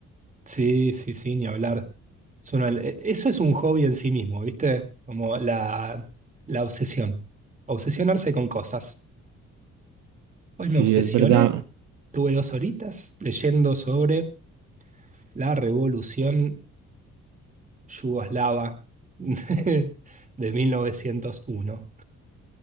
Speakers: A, on the right (about 25°); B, on the right (about 75°).
A: sí, sí, sí, ni hablar. Es una- eh, eso es un hobby en sí mismo, ¿viste? Como la, la obsesión. Obsesionarse con cosas. Hoy
B: Sí,
A: me obsesioné
B: es verdad.
A: Tuve dos horitas leyendo sobre la revolución yugoslava <laughs> de 1901.